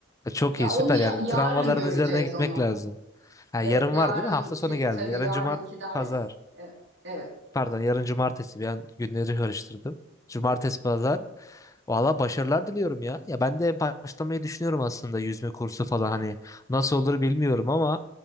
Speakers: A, on the left; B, on the right.
A: E, Çok
B: Ya
A: iyi süper
B: onu ya-
A: yani
B: yarın
A: travmaların
B: göreceğiz
A: üzerine gitmek
B: onu.
A: lazım. Ha,
B: Evet,
A: yarın
B: yarınki
A: var değil mi? Hafta sonu geldi.
B: tabii
A: Yarın
B: yarınki
A: cumart
B: ders.
A: pazar.
B: Evet, evet,
A: Pardon yarın cumartesi bir an günleri karıştırdım. Cumartesi pazar. Valla başarılar diliyorum ya. Ya ben de başlamayı düşünüyorum aslında yüzme kursu falan hani. Nasıl olur bilmiyorum ama